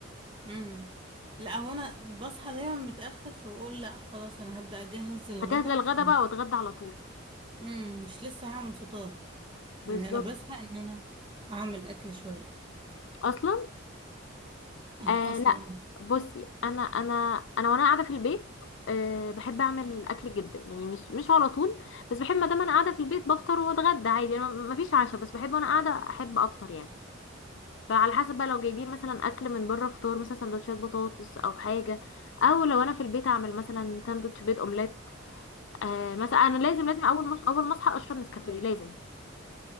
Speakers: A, on the right; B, on the left.
A: امم لا هو انا بصحى دايما متاخر فبقول لا خلاص انا هبدا اجهز الغدا
B: هجهز للغدا
A: وخلاص
B: بقى واتغدى على طول
A: امم مش لسه هعمل فطار
B: بالظبط
A: يعني انا بزهق ان انا اعمل اكل شويه
B: اصلا
A: <clears throat>
B: آه
A: اصلا
B: لا بصي
A: <laughs>
B: انا انا انا وانا قاعده في البيت آه بحب اعمل اكل جدا يعني مش مش على طول بس بحب ما دام انا قاعده في البيت بفطر واتغدى عادي انا ما فيش عشاء بس بحب وانا قاعده احب افطر يعني فعلى حسب بقى لو جايبين مثلا اكل من بره فطار مثلا سندوتشات بطاطس او حاجه او لو انا في البيت اعمل مثلا ساندوتش بيض اومليت آه مثلا انا لازم لازم اول ما اول ما اصحى اشرب نسكافيه لازم